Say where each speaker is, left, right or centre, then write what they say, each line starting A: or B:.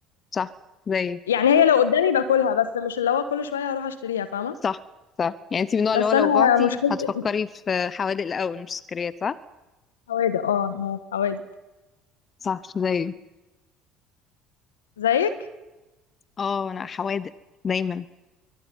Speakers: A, on the left; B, on the left.
A: صح زي
B: يعني هي لو قدامي باكلها بس مش اللي هو كل شويه هروح اشتريها فاهمه
A: صح صح يعني انت من النوع
B: بس
A: اللي هو لو
B: انا
A: جعتي
B: مشكلتي
A: هتفكري
B: في
A: في حوادق الاول مش سكريات صح
B: الحوادق اه أنا في حوادق
A: صح زي
B: زيك
A: اه انا حوادق دايما